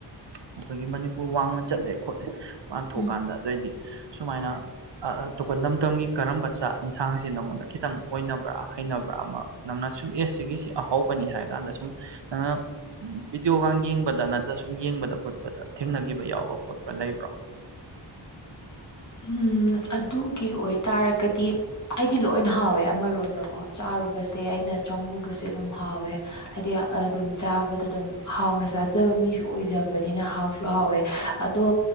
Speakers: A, on the right (about 65°); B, on the left (about 40°).
A: ꯑꯩꯈꯣꯏꯒꯤ ꯃꯅꯤꯄꯨꯔ ꯋꯥꯡꯃ ꯆꯠꯂꯦ ꯈꯣꯠꯂꯦ ꯄꯥꯟ ꯊꯣꯛꯣꯛꯀꯥꯟꯗ
B: ꯎꯝ
A: ꯑꯗꯨ ꯑꯣꯢꯗꯤ ꯁꯨꯃꯥꯏꯅ ꯑꯇꯣꯞꯄ ꯂꯝꯗꯝꯒꯤ ꯀꯔꯝꯕ ꯆꯥꯛ ꯌꯦꯟꯁꯥꯡꯁꯤ ꯅꯪꯉꯣꯟꯗ ꯈꯤꯇꯪ ꯑꯣꯏꯅꯕ꯭ꯔꯥ ꯍꯩꯅꯕ꯭ꯔꯥ ꯑꯃ ꯅꯪꯅ ꯁꯨꯝ ꯑꯦꯁ ꯁꯤꯒꯤꯁꯤ ꯑꯍꯧꯕꯅꯤ ꯍꯥꯏꯔ ꯀꯥꯟꯗ ꯁꯨꯝ ꯅꯪꯅ ꯚꯗꯤꯑꯣꯒ ꯌꯦꯡꯕꯗ ꯅꯠꯇ꯭ꯔ ꯁꯨꯝ ꯌꯦꯡꯕꯗ ꯈꯣꯠꯄꯗ ꯊꯦꯡꯅꯈꯤꯕ ꯌꯥꯎꯕꯥ ꯈꯣꯠꯄ꯭ꯔꯥ ꯂꯩꯕ꯭ꯔꯣ
B: ꯎꯝ ꯑꯗꯨꯒꯤ ꯑꯣꯏꯇꯥꯔꯒꯗꯤ ꯑꯩꯗꯤ ꯂꯣꯏ ꯍꯥꯎꯋꯦ ꯑꯃꯔꯣꯝꯗꯀꯣ ꯆꯥꯔꯨꯕꯁꯦ ꯑꯩꯅ ꯆꯪꯉꯨꯕꯁꯦ ꯑꯗꯨꯝ ꯍꯥꯎꯋꯦ ꯍꯥꯏꯗꯤ ꯑꯗꯨꯝ ꯆꯥꯕꯗ ꯑꯗꯨꯝ ꯍꯥꯎꯅ ꯆꯥꯖꯕ ꯃꯤꯁꯨ ꯑꯣꯏꯖꯕꯅꯤꯅ ꯍꯥꯎꯁꯨ ꯍꯥꯎꯋꯦ ꯑꯗꯣ